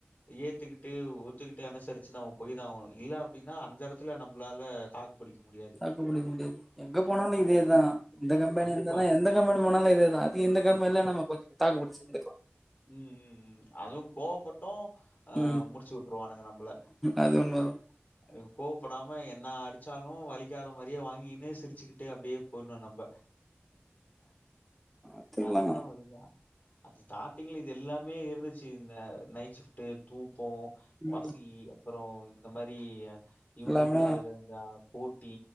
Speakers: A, on the left (about 35°); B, in the centre.
A: ஏத்துக்கிட்டு ஒத்துக்கிட்டு அனுசரிச்சு நம்ம போய் தா ஆகணு இல்ல அப்டினா அந்த எடத்துல நம்ளால தாக்கு புடிக்க முடியா
B: தாக்கு புடிக்க முடியாது எங்க போனாலு இதே தா இந்த கம்பெனி
A: கண்டிப்பா.
B: இருந்தனா எந்த எந்த கம்பனி போனாலு இதே தா அது இந்த கம்பெனில நம்ம கொஞ்ச தாக்குப்புடிச்சு இருந்துக்லா
A: ம் ம் ம் அதுவு கோவப்பட்டோ ஆ
B: ம்
A: முடிச்சு வுட்ருவானுங்க நம்ப்ள
B: அது உண்மதா
A: ஆ கோவப்படாம என்ன அடிச்சாலு வலிக்காத மாரியே வாங்கிக்குன்னு சிரிச்சுக்கிட்டு அப்டியே போயிருனு நம்ப
B: பாத்துக்கலா
A: அதுதா வலிக்கு அது ஸ்டா டிங்ள இது எல்லாமே இருந்துச்சு இந்த நைட் ஷிஃப்ட்டு தூக்கோ பசி
B: ம்
A: அப்றோ இந்த மாரி இவுங்ளுக்குள்ள
B: எல்லாமே
A: நடக்குற இந்த போட்டி